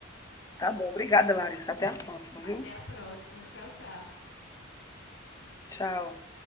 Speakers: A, on the left; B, on the left.
A: Tá bom, obrigada, Larissa. Até a próxima,
B: Até
A: viu?
B: a próxima. Tchau, tchau.
A: Tchau.